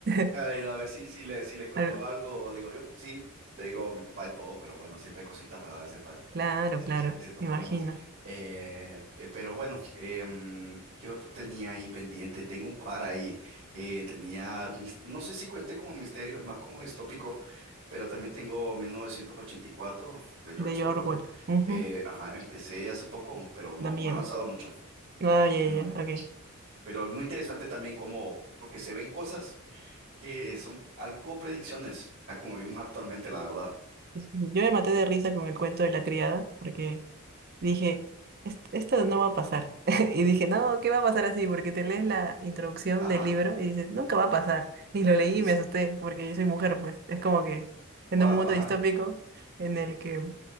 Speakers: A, on the right (about 45°); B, on the right (about 60°).
A: <laughs>
B: Ay, no, a ver si, si le, si le encuentro
A: Algo-
B: algo, digo yo, sí, te digo mi papá y todo, pero bueno, siempre hay cositas, ¿verdad? A veces pa-
A: Claro,
B: sí,
A: claro.
B: siempre hay ciertos
A: Me
B: problemas.
A: imagino.
B: Eh, eh, pero bueno, em, ¿qué otro tenía ahí pendiente? Tengo un par ahí. eh, tenía, mis- no sé si cuente como misterio, es más como distópico, pero también tengo 1984 de George
A: De
B: Orwell.
A: Orwell. Ujú.
B: Eh, ajá, empecé hace poco, pero no,
A: Da miedo.
B: no he avanzado mucho.
A: ah ya,
B: No,
A: ya, ya, ok.
B: pero es muy interesante también como, porque se ven cosas que son algo predicciones a como vivimos actualmente, la verdad.
A: Sí, sí, sí. Yo me maté de risa con el cuento de la criada porque dije, "Es- esto no va a pasar. <laughs> Y dije, no, ¿qué va a pasar así? Porque te lees la introducción
B: Ajá,
A: del libro y dices, nunca va a pasar. Y
B: nunca.
A: lo leí
B: Y,
A: y
B: s-
A: me asusté porque yo soy mujer, pues es como que en
B: wow,
A: un mundo
B: ajá.
A: distópico en el que,